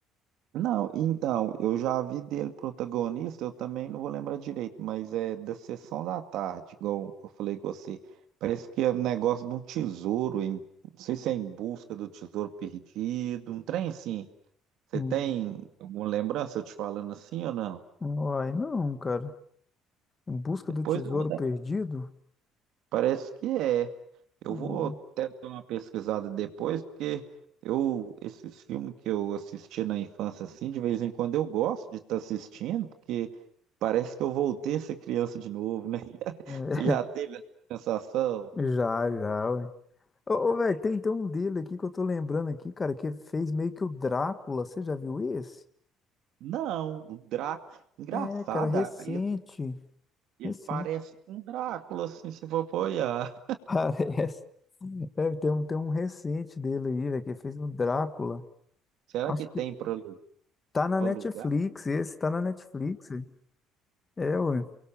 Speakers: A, on the right; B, on the left.
A: Não, então, eu já vi dele protagonista, eu também não vou lembrar direito, mas é da Sessão da Tarde, igual eu falei com você. Parece que é um negócio de um tesouro, em- não sei se é em busca do tesouro perdido, um trem assim. Você
B: Hum.
A: tem alguma lembrança eu te falando assim ou não?
B: Uai, não, cara. Em Busca
A: Depois
B: do Tesouro
A: eu vou dar
B: Perdido?
A: Parece que é. Eu
B: Ó,
A: vou até dar uma pesquisada depois, porque eu esses filmes que eu assisti na infância assim, de vez em quando eu gosto de estar assistindo, porque parece que eu voltei a ser criança de novo, né? <laughs>
B: é,
A: Você já teve essa sensação?
B: <laughs> já, já, ué. Ô, ô, velho, tem, tem um dele aqui que eu tô lembrando aqui, cara, que fez meio que o Drácula. Você já viu esse?
A: Não, o Drácula, engraçado,
B: É, cara, recente.
A: aí ele, ele
B: Recente.
A: parece um Drácula assim, se for apoiar.
B: Parece. Deve ter um, tem um recente dele aí, velho, que ele fez o Drácula.
A: Será
B: Acho
A: que tem
B: que
A: para
B: tá na
A: alugar?
B: Netflix, esse tá na Netflix. velho. É, ué.